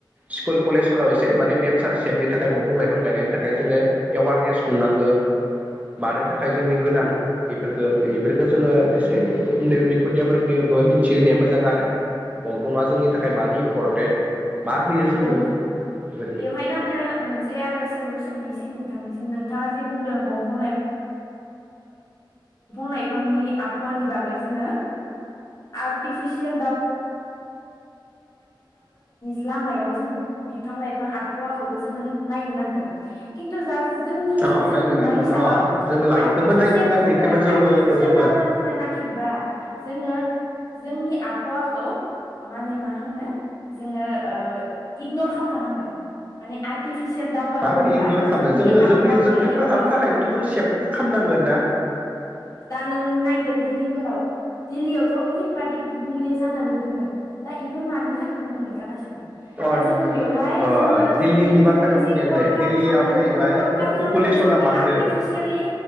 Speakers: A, on the right; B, on the left.
A: स्कुल कलेजफोराव एसे माने नेचार सेफनि थाखाय दंफां लाइफां गायनायनि थाखाय जोङो एवारनेस खुंनांगौ मानो थाखाय थाखाय जोंनि गोनां बेफोरखौ बेफोरखौो जोङो एसे उन्दै उन्दै खुदियाफोरनि मिथिहोनाया मोजां आरो दंफाङा जोंनि थाखाय मानि इम्परटेन्ट मा होयो
B: दे
A: जोंनो
B: बेवहायनो
A: बेफोरखौ
B: आंनो मोनसे आरो सोंलु सोंनोसै नों नोंथांङा जे बुंदों दफां लाइफांनि आबहावानि बागै जों आरटिफिसियेल लामायाव जों बिफां लाइफां आबहावाखौबो जोङो नायनो नांगोन खिन्थु जा जोंनि
A: अ
B: जों
A: नायनो
B: नुनाय
A: नांगोन
B: हिसाबाव
A: अ जों लाइखौबो
B: आर्टिफिसियेल
A: नायनांगोन
B: जोङो
A: बेखौबो जौ
B: आर्टिफिसियेल
A: जौगा
B: दावग होनोनो नागिरबा जोङो जोंनि आबहावाखौ माने मा होनो जोङो। इगनर खालामखानांगोन माने दावगा
A: माबोरै
B: होनोबा
A: इगनर
B: जों
A: खालामनो
B: जोंनि
A: जोङो
B: आबहावाखौ
A: जों थांना
B: इगनर
A: थानो
B: खालामखानांगोन
A: थाखायबोथ' जों सेभ खालामनांगोन ना
B: दा नों नायदो दिलीफोराव दिल्लीयावथ' ओरैबादि गुबुंले जानानै दोङो दा इफोर मानि थाखाय गुबुंले जागासिनो?
A: अ
B: दा जो बेहाय
A: अ
B: जोङो ज
A: दिल्लीनि बाथ्राखौ
B: जनिा
A: बुंनि आं
B: क
A: नै दिल्लीयाव जाहैबाय पपुलेसना
B: जोङ
A: बांदो
B: आर्सिलि